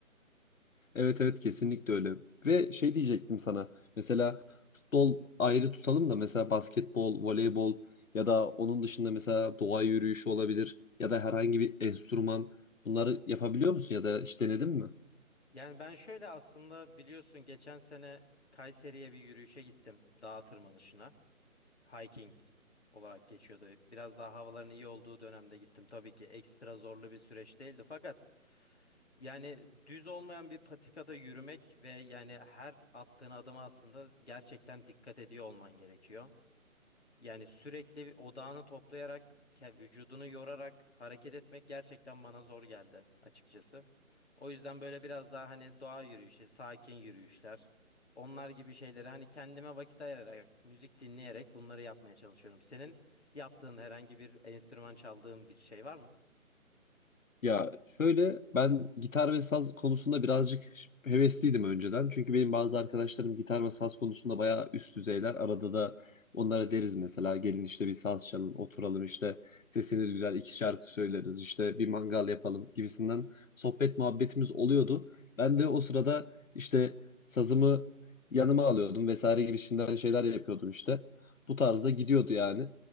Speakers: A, on the left; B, on the left.
A: Evet evet kesinlikle öyle. Ve şey diyecektim sana. Mesela futbol ayrı tutalım da mesela basketbol, voleybol ya da onun dışında mesela doğa yürüyüşü olabilir ya da herhangi bir enstrüman bunları yapabiliyor musun ya da hiç denedin mi?
B: Yani ben şöyle aslında biliyorsun geçen sene Kayseri'ye bir yürüyüşe gittim dağ tırmanışına. Hiking olarak geçiyordu. Biraz daha havaların iyi olduğu dönemde gittim. Tabii ki ekstra zorlu bir süreç değildi fakat yani düz olmayan bir patikada yürümek ve yani her attığın adıma aslında gerçekten dikkat ediyor olman gerekiyor. Yani sürekli odağını toplayarak, ke- vücudunu yorarak hareket etmek gerçekten bana zor geldi açıkçası. O yüzden böyle biraz daha hani doğa yürüyüşü, sakin yürüyüşler, onlar gibi şeyleri hani kendime vakit ayırarak, müzik dinleyerek bunları yapmaya çalışıyorum. Senin yaptığın herhangi bir enstrüman çaldığın bir şey var mı?
A: Ya şöyle ben gitar ve saz konusunda birazcık hevesliydim önceden. Çünkü benim bazı arkadaşlarım gitar ve saz konusunda bayağı üst düzeyler. Arada da onlara deriz mesela gelin işte bir saz çalın oturalım işte sesiniz güzel iki şarkı söyleriz işte bir mangal yapalım gibisinden sohbet muhabbetimiz oluyordu. Ben de o sırada işte sazımı yanıma alıyordum vesaire gibisinden şeyler yapıyordum işte. Bu tarzda gidiyordu yani.